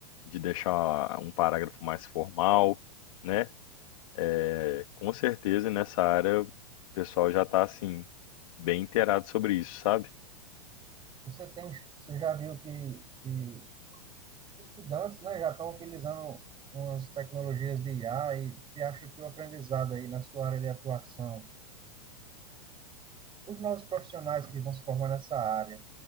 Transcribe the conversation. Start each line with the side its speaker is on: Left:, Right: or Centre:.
Left: de deixar um parágrafo mais formal, né? É, com certeza, nessa área, o pessoal já está, assim, bem inteirado sobre isso, sabe?
Right: você tem você já viu que que estudantes né já estão utilizando umas tecnologias de IA e você acha que o aprendizado aí na sua área de atuação os novos profissionais que vão se formar nessa área